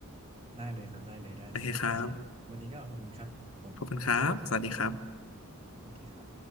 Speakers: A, on the right; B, on the left.
A: ได้เลยครับได้เลยได้เลยโอเควันนี้ก็ขอบคุณครับผม
B: โอเคครับขอบคุณครับสวัสดีครับ
A: สวัสดีครับ